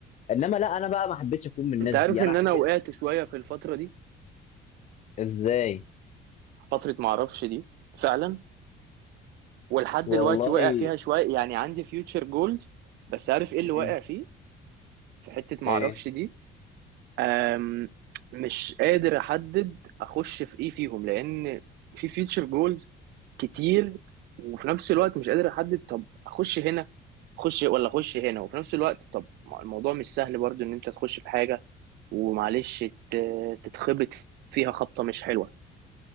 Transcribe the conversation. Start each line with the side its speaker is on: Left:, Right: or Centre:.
Left: انما لا انا بقى ما حبيتش اكون من الناس
Right: انت عارف
Left: دي انا
Right: ان
Left: حبيت
Right: انا وقعت شوية في الفترة دي
Left: ازاي
Right: فترة معرفش دي فعلا ولحد
Left: والله
Right: دلوقتي واقع فيها شوية يعني عندي فيوتشر جولز بس عارف ايه اللي
Left: مم.
Right: واقع فيه في حتة معرفش
Left: ايه
Right: دي أم، مش قادر احدد اخش في ايه فيهم لان في فيوتشر جولز كتير وفي نفس الوقت مش قادر احدد طب اخش هنا اخش ولا اخش هنا وفي نفس الوقت طب ما الموضوع مش سهل برضو ان انت تخش في حاجة ومعلش ت- تتخبط فيها خبطة مش حلوة